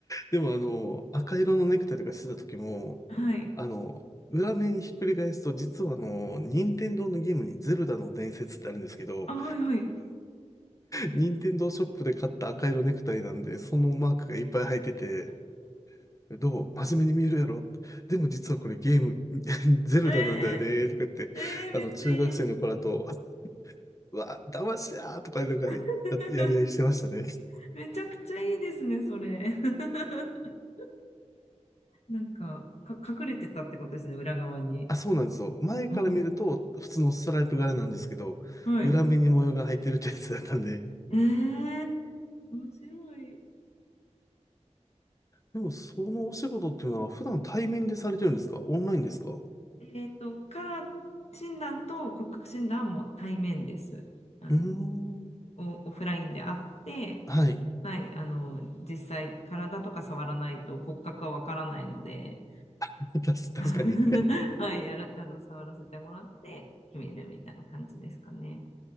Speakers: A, on the left (about 25°); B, on the left (about 60°).
A: でもあの、赤色のネクタイとかしてた時も、
B: はい。
A: あの、裏面ひっくり返すと、実はあの、任天堂のゲームにゼルダの伝説ってあるんですけど、
B: あ、はいはい。
A: 任天堂ショップで買った赤色ネクタイなんで、そのマークがいっぱい入ってて、どう真面目に見えるやろでも実はこれゲーム、<laughs>
B: <laughs>
A: ゼルダなんだよね、
B: えー、
A: とか言って、
B: えー、
A: あの、
B: めっちゃいい。
A: 中学生の子らと、うわ、騙しだーとか、なんか
B: <laughs>
A: や、やり合いしてましたね。
B: めちゃくちゃいいですね、それ。<laughs> なんか、か、隠れてたってことですね、裏側に。
A: あ、そうなんですよ。前から見ると、
B: うん。
A: 普通のストライプ柄なんですけど、
B: はい。
A: 裏目に模様が入ってるってやつだったんで。
B: えー、面白い。
A: でも、そのお仕事っていうのは、普段対面でされてるんですかオンラインですか
B: えっと、カラー診断と骨格診断はもう対面です。あの、
A: うーん。
B: オ、オフラインであって、
A: はい。
B: はい、あの、実際、体とか触らないと骨格はわからないので、
A: <laughs> たし確かに
B: <laughs> はい、やら、あの、触らせてもらって決めるみたいな感じですかね。